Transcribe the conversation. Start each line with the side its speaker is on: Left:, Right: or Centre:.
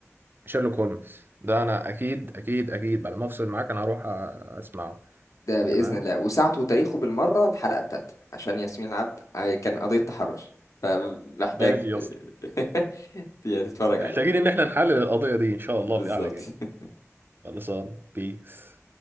Right: شيرلوك هولمز ده أنا أكيد أكيد أكيد بعد ما أفصل معاك أنا هروح أ- أسمعه
Left: ده بإذن
Right: تمام
Left: الله وساعته وتاريخه بالمرة الحلقة الثالثة عشان ياسمين العبد آه، كان قضية تحرش فمحتاج
Right: ماشي يا
Left: ت- <laughs> تتفرج
Right: محتاجين
Left: عليه
Right: ان احنا نحلل القضية دي ان شاء الله
Left: بالظبط
Right: في قعدة جاية
Left: <laughs>
Right: خلصان بيس